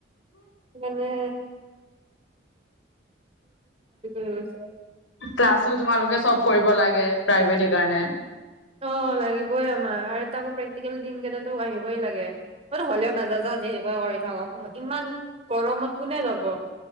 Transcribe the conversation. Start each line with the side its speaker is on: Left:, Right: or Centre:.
Right: হেকানে হৈ গৈছে
Left: ক্লাছো তোমালোকে চব কৰিব লাগে প্ৰাইভেট কাৰনে
Right: অ লাগিবই আমাৰ আৰু তাকো প্ৰেক্টিকেল দিনকেইটা তোক আহিবই লাগে মইতো হ'লেও নাজা জা যিহে কৰে কৰি থাকক ইমান গৰমত কোনে যাব